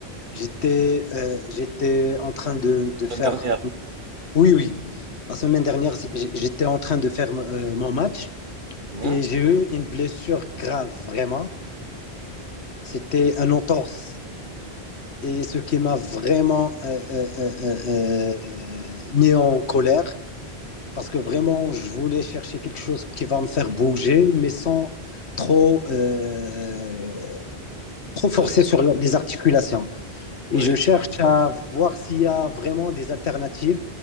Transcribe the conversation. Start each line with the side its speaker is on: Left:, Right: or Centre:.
Left: j'étais euh, j'étais en train de, de faire...
Right: Une dernière.
Left: Oui, oui. La semaine dernière, j'étais en train de faire euh, mon match.
Right: Mhm.
Left: et j'ai eu une blessure grave, vraiment. C'était un entorse. Et ce qui m'a vraiment euh, euh, euh, euh, euh, mis en colère, parce que vraiment, je voulais chercher quelque chose qui va me faire bouger, mais sans trop, euh, trop forcer
Right: Euh,
Left: sur les articulations. Et
Right: oui.
Left: je cherche à voir s'il y a vraiment des alternatives